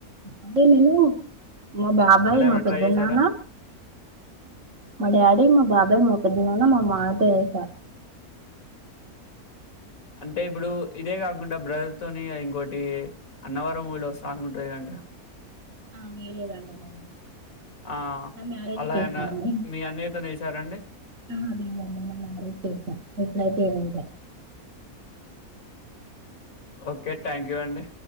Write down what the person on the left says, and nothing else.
అలా ఏమైనా
ట్రై చేశారా?
అంటే ఇప్పుడు ఇదే కాకుండా బ్రదర్ తోని ఇంకోొటి అన్నవారం మూవిలో సాంగ్ ఉంట్ ది కాదండీ
ఆ!
అలా
ఏమన్నా
మీ అన్నయ్యతోనేసారండి?
ఓకే థ్యాంక్ యూ అండి